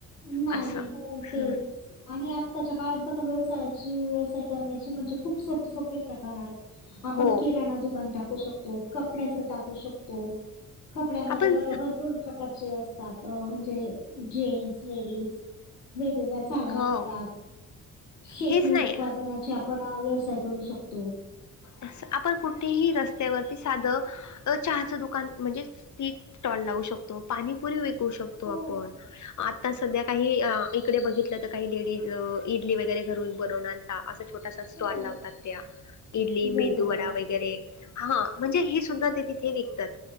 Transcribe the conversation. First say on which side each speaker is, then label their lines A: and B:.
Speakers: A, on the left; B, on the left.
A: नाही
B: असं
A: हो तेच
B: हं,
A: आणि आत्ताच्या काळात बघ व्यवसायाची व्यवसाय करण्याचे म्हणजे खूप सोपे सोपे प्रकार कार आहेत
B: हो
A: आपण किराणा दुकान टाकू शकतो कपड्याच टाकू शकतो. कपड्यामध्ये
B: आपण
A: बघा भरपूर प्रकारचे असतात म्हणजे जेन्स लेडीज वेगवेगळ्या साड्या
B: हो
A: असतात शेती
B: हेच नाही
A: उत्पादनाच्या आपण हा व्यवसाय करू शकतो.
B: अस आपण कुठेही रस्त्यावरती साधं चहाचं दुकान म्हणजे टी स्टॉल लावू शकतो पाणीपुरी व पुशकतो
A: हो.
B: आपण आता सध्या काही इकडे बघितलं तर काही लेडीज इडली वगैरे घरून बनवुन आनतात आ असा छोटासा स्टॉल
A: हो.
B: लावतात त्या मेंदूवडा
A: बरोबर.
B: वैगेरे हा म्हणजे हे सुद्धा ते तिथे विकतात